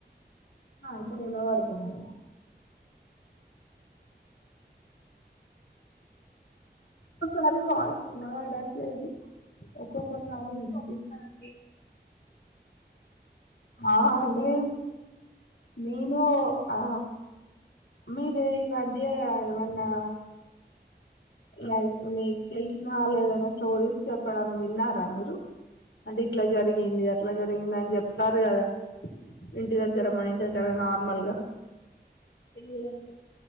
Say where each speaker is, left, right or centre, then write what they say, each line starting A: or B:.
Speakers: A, on the left; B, on the left.
A: ఆ ఇప్పుడు వినపడుతుంది ఒ సారి వాయిస్ వినపడట్లేదు ఒకొక్క సారి విన్
B: హ అండి
A: ఆ అంటే నేను ఆ మీరు ఈ మధ్య ఏమన్నా లైక్ మీకు తెెలిసినా వాళ్లెవలన్న స్టోరీస్ చెప్పడం విన్నారా మీరు అంటే ఇట్లా జరిగింది అట్లా జరిగిందని చెప్ స్తారుకదా ఇంటి దగ్గర మన ఇంటి దగ్గర నార్మల్ గా
B: ఇదం <unintelligible>